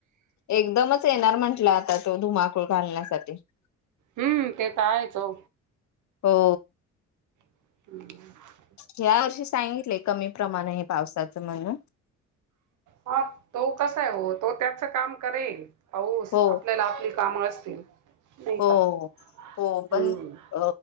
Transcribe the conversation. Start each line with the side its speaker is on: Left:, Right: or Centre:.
Left: एकदमच येणार म्हंटलं आता तो धुमाकूळ घालण्यास. कते <unintelligible>
Right: हम्म ते तर आहेच हो.
Left: हो
Right: ह
Left: या वर्षी सांगितलेय कमी प्रमाण आहे पावसाचं म्हणून
Right: हा तो कसा आहे हो तो त्याच काम करेल. हौस
Left: हो
Right: आपल्याला आपली काम असतील नाही
Left: हो
Right: का?
Left: हो पण
Right: हं.
Left: अ